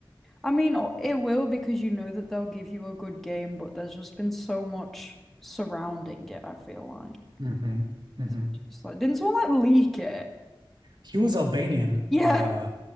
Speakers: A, in the centre; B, on the right.
A: I mean, o- it will because you know that they'll give you a good game, but there's just been so much surrounding it, I feel like.
B: hmm hmm
A: So it's just like, didn't someone like leak it?
B: He was Albanian.
A: Yeah,
B: Uh,